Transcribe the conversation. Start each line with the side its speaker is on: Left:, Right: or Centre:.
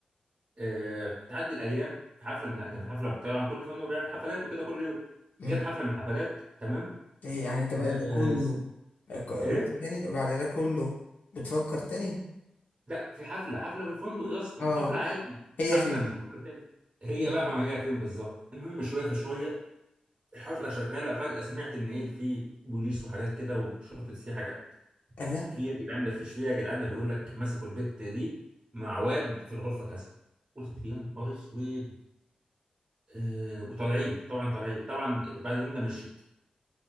Right: آه تعدي الايام في حفله من كان في حفله طبعا كل فندق بيعمل حفلات وكده كل يوم
Left: مم.
Right: جت حفله من الحفلات تمام
Left: ايه يعني انت بعد
Right: آه
Left: ده كله
Right: س-
Left: ك- رحت
Right: ايه
Left: تاني وبعد ده كله بتفكر تاني
Right: لا في حفله حفله في الفندق يا اسطى
Left: اه
Right: حفله عادي
Left: هي
Right: حفله
Left: فين
Right: مش بفكر فين هي
Left: هي
Right: بقى
Left: فين
Right: ما هي فين بالظبط المهم شويه في شويه الحفله شغاله فجاه سمعت ان ايه في بوليس وحاجات كده وشرطه سي حاجات
Left: قال لا
Right: في يا جدعان ده في في يا جدعان ده بيقول لك مسكوا البت دي مع واد في الغرفه كذا قلت يا نهار اسود آه وطالعين طبعا طالعين طبعا بعد اليوم ده مشيت